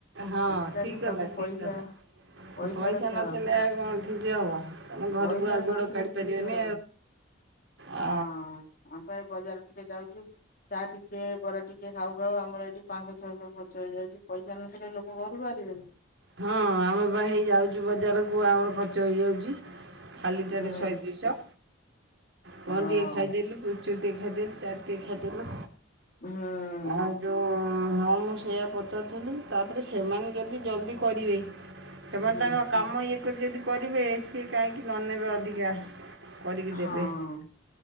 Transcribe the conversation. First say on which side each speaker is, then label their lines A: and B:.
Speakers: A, on the right; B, on the left.
A: ହଁ
B: ଆଜିକାଲି
A: ଠିକ
B: ସବୁ
A: କଥା ଠିକ
B: ପଇସା
A: କଥା
B: ପଇସାର
A: ପଇସା
B: ଖେଳ
A: ନଥିଲେ ଆଉ କଣ କି ହବ ତମେ ଘରକୁ
B: ପଇସା
A: ଆଉ
B: ନଥିଲେ
A: ଗୋଡ଼ କାଢ଼ି
B: କିଛି
A: ପାରିବନି
B: ଆଉ
A: ଅ
B: ହଁ ଆମ ପାଇଁ ବଜାର ଟିକେ ଯାଉଛୁ ଚା ଟିକେ ବର ଟିକେ ଖାଉ ଖାଉ ଆମର ଏଠି ପାଞ୍ଚଶ ଛଅଶ ଖର୍ଚ୍ଚ ହେଇଯାଉଛି ପଇସା ନଥିଲେ ଲୋକ ଘରୁ ବାହାରିବେନି।
A: ହଁ ଆମେ ବା ହେଇ ଯାଉଛୁ ବଜାରକୁ ଆଉ ଖର୍ଚ୍ଚ ହେଇଯାଉଛି ଖାଲିଟାରେ
B: ହୁଁ
A: ଶହେ ଦୁଇଶ। କଣ
B: ହଁ
A: ଟିକେ ଖାଇଦେଲୁ ଗୁପଚୁପ ଟିକେ ଖାଇ ଦେଲୁ ଚାଟ ଟିକେ ଖାଇଦେଲୁ।
B: ହୁଁ
A: ଆଉ ଯୋଉ ଉଁ ହଁ ମୁଁ ସେଆ ପଚାରୁିଥିଲି ତାପରେ ସେମାନେ ଯଦି ଜଲ୍ଦି କରିବେ ସେମାନେ
B: ହୁଁ
A: ତାଙ୍କ କାମ ଇ ତାଙ୍କର ଯଦି କହିଦେବେ ସେ କାହିଁକି ନନେବେ ଅଧିକା କରିକି ଦେବେ
B: ହଁ